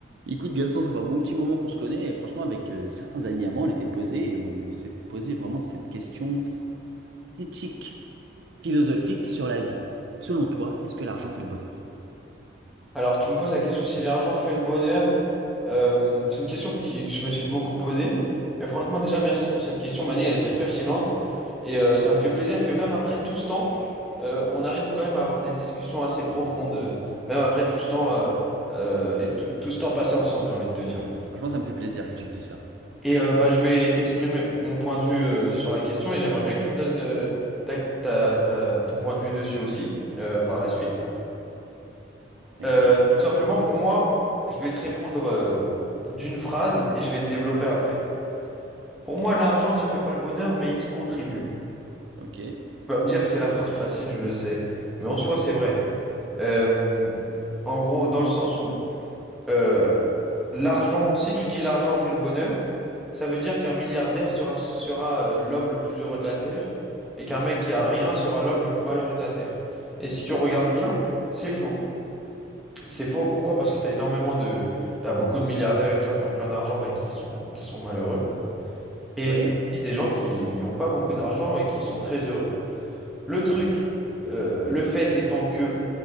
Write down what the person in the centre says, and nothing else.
Alors, tu me poses la question si l'argent fait le bonheur. Euh, c'est une question qui je me suis beaucoup posée. Et franchement, déjà, merci pour cette question, Mani, elle est très pertinente. Et euh, ça me fait plaisir que même après tout ce temps, euh, on arrive quand même à avoir des discussions assez profondes, euh, même après tout ce temps euh, euh, et tout, tout ce temps passé ensemble, j'ai envie de te dire.
Et euh, bah, je vais t'exprimer mon point de vue euh, sur la question et j'aimerais bien que tu me donnes euh, ta- ta- ta- ton point de vue dessus aussi euh, par la suite.
Euh,
tout simplement, pour moi, je vais te répondre euh, d'une phrase et je vais te développer après. Pour
moi, l'argent ne fait pas le bonheur, mais il y contribue.
Tu vas me dire que c'est la phrase facile, je le sais, mais en soi, c'est vrai. Euh, en gros, dans le sens où euh, l'argent, si tu dis l'argent fait le bonheur, ça veut dire qu'un milliardaire sera, sera euh, l'homme le plus heureux de la Terre et qu'un mec qui a rien sera l'homme le plus malheureux de la Terre. Et si tu regardes bien, c'est faux. C'est faux, pourquoi? Parce que tu as énormément de... T'as beaucoup de milliardaires et de gens qui ont plein d'argent, bah, qui sont, qui sont malheureux. Et
t'as aussi des gens qui n'ont pas beaucoup d'argent et qui sont très heureux. Le truc, euh, le fait étant que